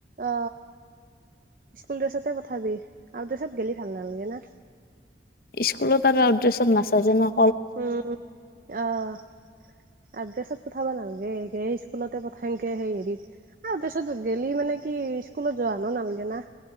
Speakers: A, on the right; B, on the left.
A: অ স্কুল ড্ৰেছতে পঠাবি আউটড্ৰেছত গেলি ভাল নালাগে না
B: স্কুলত আৰু আউটড্ৰেছত নাচাজে ন
A: উম অহ আউটড্ৰেছত পঠাবা নালাগে স্কুলতে পঠায়ংতে সেই হেৰি আউটড্ৰেছতগেলি মানে কি স্কুলত যোৱানো নালাগে। না